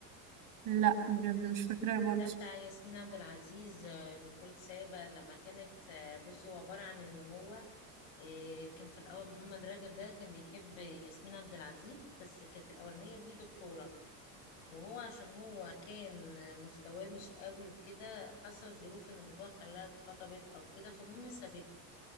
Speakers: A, on the right; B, on the left.
A: لا بجد مش فاكراه برضه
B: ده بتاع ياسمين عبد العزيز آه، نيكول سابا لما كانت آه، بصي هو عبارة عن ان هو آه، كان في الاول محمد رجب ده كان بيحب ياسمين عبد العزيز بس كانت الاولانية دي دكتورة وهو عشان هو كان مستواه مش قوي وكده حصل ظروف ان باباه خلاها اتخطبت او كده فالمهم سابته